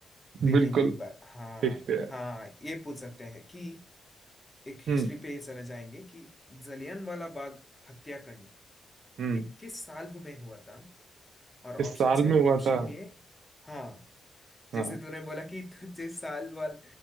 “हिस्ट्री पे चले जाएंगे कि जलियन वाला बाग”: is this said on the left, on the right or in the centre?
Left